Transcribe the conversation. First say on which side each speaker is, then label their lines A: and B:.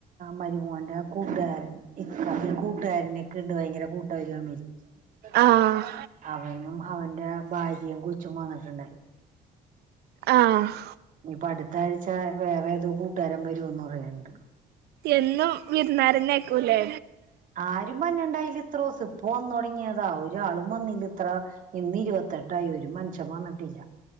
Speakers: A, on the right (about 50°); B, on the right (about 75°).
A: മരുമോന്റെ ആ കൂട്ടുകാരൻ ഈ കൂട്ടുകാരൻക്ക് ഇണ്ട് ഭയങ്കര കൂട്ട <unintelligible>
B: ആഹ്
A: അയനും അവന്റെ ഭാര്യയും കൊച്ചും വന്നിട്ടുണ്ടായി
B: ആഹ്
A: ഇനിയിപ്പോ അടുത്ത ആഴ്ച വേറെ ഏതോ കൂട്ടുകാരം വരുംന്ന് പറയണ്ട്
B: എന്നും വിരുന്നാരന്നെയെക്കുല്ലെ
A: ആരും വന്നുണ്ടായില്ല ഇത്ര ദിവസം ഇപ്പോ വന്നു തുടങ്ങിയതാ ഒരാളും വന്നില്ല ഇത്ര ഇന്ന് ഇരുപത്തെട്ടായി ഒരു മൻഷൻ വന്നിട്ടില്ല